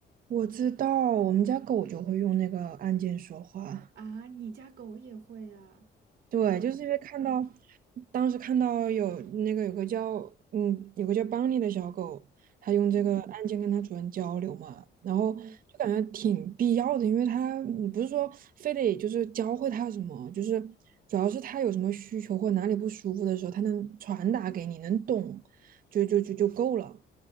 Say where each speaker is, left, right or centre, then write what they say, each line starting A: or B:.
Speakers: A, on the right; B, on the right.
A: 我知道，我们家狗就会用那个按键说话。
B: 啊！你家狗也会啊？
A: 对，就是因为看到，当时看到有那个有个叫嗯有个叫邦尼的小狗，它用这个按键跟它主人交流嘛，
B: 嗯
A: 然后就感觉挺必要的，
B: 嗯
A: 因为它你不是说非得就是教会它什么，就是主要是它有什么需求或哪里不舒服的时候，它能传达给你，能懂，就就就就够了。